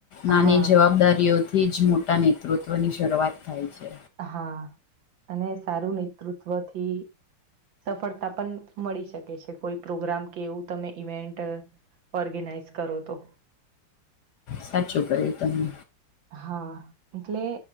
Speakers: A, on the left; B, on the right.
A: નાની
B: હા
A: જવાબદારીઓ થી જ મો ટા નેતૃત્વ ની શરૂઆત થાય છે
B: હા અને સારું નેતૃત્વ થી સફળતા પણ મળી શકે છે કોઈ પ્રોગ્રામ કે એવું તમે ઇવેન્ટ ઓર્ગેનાઈઝ કરો તો
A: સાચું કહ્યું તમે
B: હા, એટલે